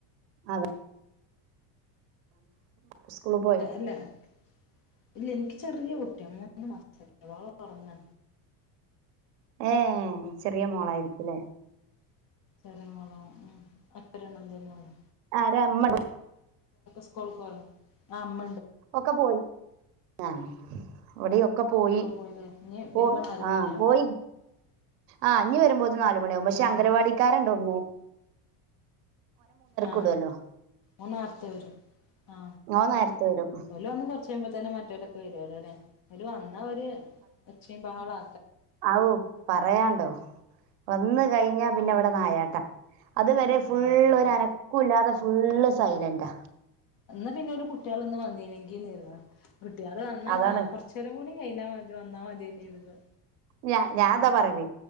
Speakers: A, on the right (about 85°); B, on the left (about 45°).
A: അതെ <inaudible> സ്കൂള് പോയോ
B: അല്ല ഇല്ല ഇനിക്ക് ചെറിയ കുട്ടിയ മൂന്ന് മസായിട്ടുള്ളു ഓളോറങ്ങ
A: ഏ ചെറിയ മോളായിരിക്കുലെ
B: ചെറിയാമോളാ ഉം <unintelligible>
A: ആരാമ്മടോ
B: സ്‌ക്കുൾക്കൊ ആമ്മ
A: ഒക്കെ പോയി ആ ഇവിടെയോക്കെ പോയി
B: ഒക്കെ പോയില്ലേ ഇനി
A: പോ
B: വരുമ്പോ നാല്
A: ആ
B: മണിയാവും
A: പോയി ആ ഞ്ഞ് വരുമ്പോത്തിന് നാല് മണിയാകും പക്ഷെ
B: ഉം
A: അംഗനവാടിക്കാരന്ണ്ടോന്ന്
B: ഇനി ആ
A: വിടുമല്ലോ
B: ഓൻന്നാർത്ത വരും ആ
A: ഓൻ നേരത്തെ വരും
B: ഓല് വന്ന് കൊറച്ച്കയ്യുമ്പോ തന്നെ മറ്റോരൊക്കെ വരുവല്ലോ ല്ലേ ഒരു വന്നാ ഒര് ഒച്ചയും ബഹളാ
A: ഔ പറയാണ്ടോ വന്ന് കഴിഞ്ഞാ പിന്നെ
B: ഉം
A: ഇവിടെനായാട്ടാ അതുവരെ ഫുള്
B: വായാട്ടാ
A: ഒരനക്കുല്ലാതെ ഫുള്ള് സൈലന്റാ
B: എന്നാ പിന്നെ ഒരു കുട്ട്യാളോന്ന് വന്നീനെങ്കി നേര്ന്നു കുട്ട്യാൾ വന്നാ
A: അതാണ്
B: ആ കൊറചെരം കൂടി കഴിഞ്ഞമതി വന്നാ മതിയേന്നെരുന്നു
A: ഞാ ഞാതാപറയല്